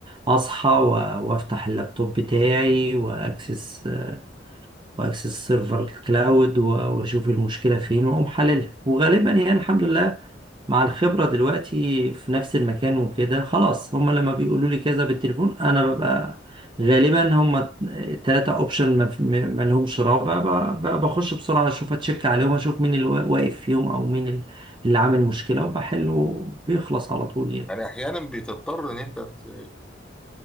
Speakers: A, on the right (about 25°); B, in the centre.
A: اصحى و... وافتح اللابتوب بتاعي واكسس واكسس سيرفر الكلاود و... واشوف المشكلة فين واقوم حللها وغالبا يعني الحمد لله مع الخبرة دلوقتي في نفس المكان وكده خلاص هما لما بيقولوا لي كذا بالتليفون انا ببقى غالبا هما تلاتة اوبشن ما ما لهمش رابع ب- ب- بخش بسرعة اشوف اتشك عليهم اشوف مين اللي وا- واقف فيهم او مين ال- اللي عامل مشكلة وبحله بيخلص على طول يعني
B: يعني أحيانا بتضطر إن أنت ت-